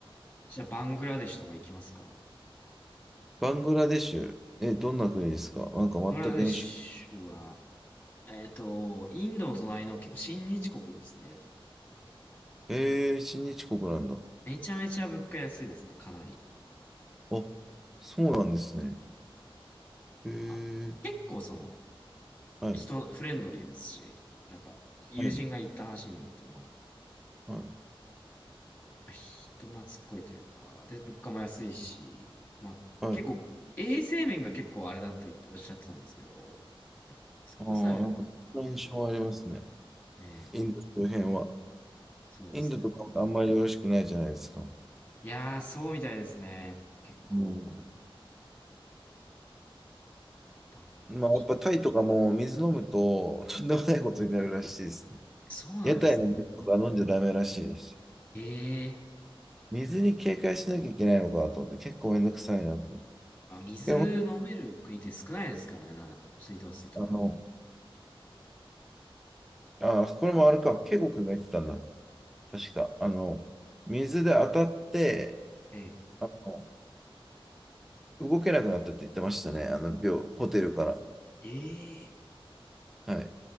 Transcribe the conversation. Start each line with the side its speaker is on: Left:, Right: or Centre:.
Left: じゃあ、バングラデシュとか行きますかバ
Centre: バングラデシュ、え、どんな国ですかなんか全く印象。
Left: ングラデシュは、えっと、インドの隣の結構親日国ですね。
Centre: えー、親日国なんだ。
Left: めちゃめちゃ物価安いですね、かなり。
Centre: あ、そうなんですね。えー、
Left: まあ、結構その、
Centre: はい、
Left: 人、フレンドリーですし、なんか、友人が言った話によると、
Centre: はい、
Left: まあ、
Centre: はい、
Left: 人懐っこいというか、で、物価も安いし、まあ、
Centre: はい。
Left: 結構、衛生面が結構あれだっておっしゃってたんですけど、そこさえ、
Centre: ああ、なんか、
Left: ね、
Centre: そんな印象はありますね。
Left: ええ、
Centre: インド周辺は。
Left: そうですね。
Centre: インドとかもあんまりよろしくないじゃないですか。
Left: いやー、そうみたいですね。結構、
Centre: うん。
Left: バングラデシュ
Centre: まあ、やっぱタイとかも水飲むと、とんでもないことになるらしいですね。
Left: そうなんですね。
Centre: 屋台の水とか飲んじゃダメらしいです。
Left: ええ、
Centre: 水に警戒しなきゃいけないのかと思って、結構めんどくさいなと思って。
Left: まあ、水飲める国って少ないですからね、
Centre: でも、
Left: な、水道水とか。
Centre: あの、ああ、これもあるか。ケイゴくんが言ってたんだ。確か。あの、水で当たって、
Left: ええ、
Centre: あの、動けなくなったって言ってましたね。あの、病、ホテルから。
Left: ええ、
Centre: はい。